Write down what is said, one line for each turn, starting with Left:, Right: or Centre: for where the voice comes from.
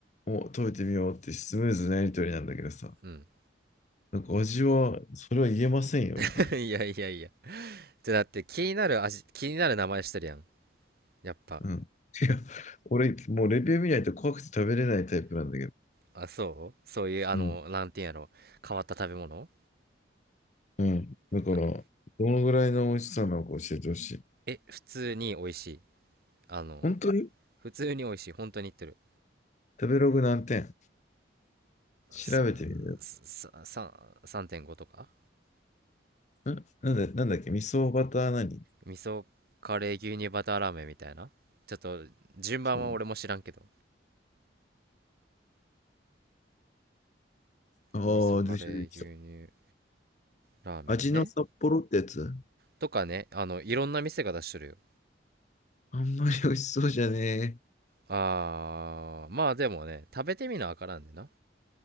Left: お、食べてみようってスムーズなやりとりなんだけどさ。
Right: うん。
Left: なんか味は、それは言えませんよ、
Right: <laughs>
Left: みたいな。
Right: いやいやいや。じゃ、だって気になる味、気になる名前してるやん。やっぱ。
Left: うん。いや、俺、もうレビュー見ないと怖くて食べれないタイプなんだけど。
Right: あ、そうそういう、あの、
Left: うん。
Right: なんていうんやろ。変わった食べ物
Left: うん。だから、
Right: な
Left: どのぐらいの美味しさなのか教えてほしい。
Right: え、普通に美味しい。あの、
Left: 本当に
Right: 普通に美味しい。本当に言ってる。
Left: 食べログ何点調べてみる。
Right: さ、さ、さ、3.5とか
Left: んなんだ、なんだっけ味噌バター何
Right: 味噌カレー牛乳バターラーメンみたいなちょっと順番は俺も知らんけど
Left: そう。ああ、
Right: 味噌カレー牛乳
Left: 出てきた、出てきた。
Right: ラーメンね
Left: 味の札幌ってやつ
Right: とかねあのいろんな店が出しとるよ
Left: あんまり美味しそうじゃね
Right: あーまあでもね食べてみなわからんでな